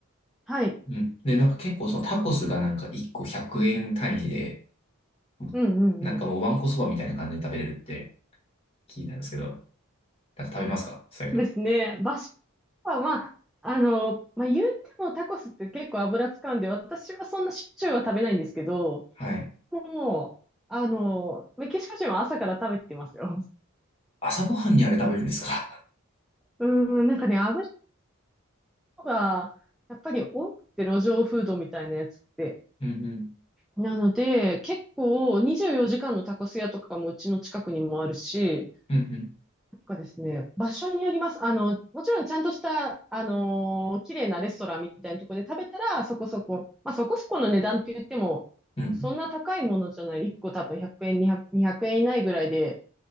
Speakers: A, in the centre; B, on the left.
A: はい。
B: うん。で、なんか結構そのタコスがなんか1個100円単位で、もう
A: うんうんうん。
B: なんかもうわんこそばみたいな感じで食べれるって聞いたんですけど、なんか食べますかそういうの。
A: ですね。バシは、まあ、あの、まあ、言うてもタコスって結構油使うんで、私はそんなしょっちゅうは食べないんですけど、
B: はい。
A: もう、あの、メキシコ人は朝から食べてますよ。<laughs>
B: 朝ごはんにあれ食べるんですか
A: うん、なんかね、油が、やっぱり多くて路上フードみたいなやつって。
B: <laughs> うんうん。
A: なので、結構24時間のタコス屋とかもうちの近くにもあるし、
B: うん
A: なんかですね、場所によります。あの、もちろんちゃんとした、あのー綺麗なレストランみたいなところで食べたら、そこそこ、まあそこそこの値段って言っても、
B: うん。うん。
A: そんな高いものじゃない。1個多分100円、200、200円以内ぐらいで、